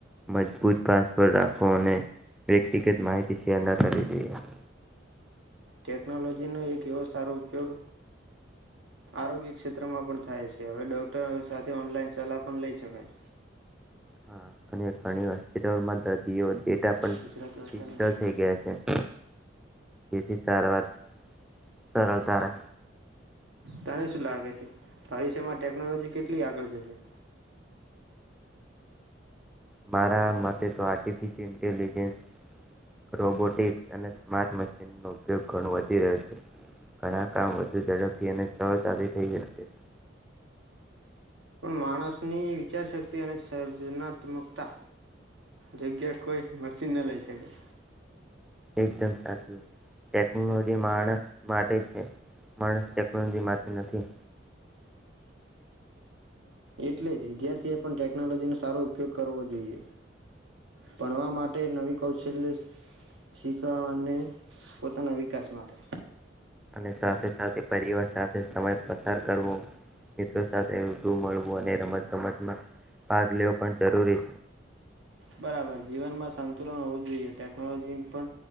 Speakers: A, in the centre; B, on the right.
A: મજબૂત પાસવર્ડ રાખો અને વ્યક્તિગત માહિતી છેના કરીરી જઈએ
B: ટેકનોલોજીનો એક એવો સારો ઉપયોગ આરોગ્ય ક્ષેત્રમાં પણ થાય છે હવે ડોક્ટરો સાથે ઓનલાઈન સલાહ પણ લઈ શકાય
A: હા અનેણી હસ્પિટલમાં ડેટા પણ ડિજિટલ
B: ગુજરાતી વાર્તાની
A: થઈ ગયા છે જેથી સારવાર સરળતા રહે
B: તને શું લાગે છે ભવિષ્યમાં ટેકનોલોજી કેટલી આગળ જશે
A: મારા મતે તો આ આર્ટિફિલ ઇન્ટેલિજેન્સ રોબોટિક્સ અને સ્માર્ટ મશીનનો ઉપયોગ ઘણો વધી રહ્યો છે ઘણા કામ વધુ ઝડપથી અને સરળતાથી થઈ જશે
B: પણ માણસની વિચારશક્તિ અને સર્જનાત્મકતા જગ્યા કોઈ મશીન ન લઈ શકે એ બ
A: એકદમ સાચું ટેકનોલોજી માણસ માટે છે માણસ ટેકનોલોજી માટે નથી
B: એટલે જ વિદ્યાર્થી એ પણ ટેકનોલોજીનો સારો ઉપયોગ કરવો જોઈએ ભણવા માટે નવી કૌશલ્ય શીખવા અને પોતાના વિકાસ માટે
A: અને સાથે સાથે પરિવાર સાથે સમય પસાર કરવો મિત્રો સાથે ર મળવો અને રમત ગમતમાં ભાગ લેવો પણ જરૂરી
B: બરાબર જીવનમાં સંતુલન હોવું જોઈએ ટેકનોલોજી પણ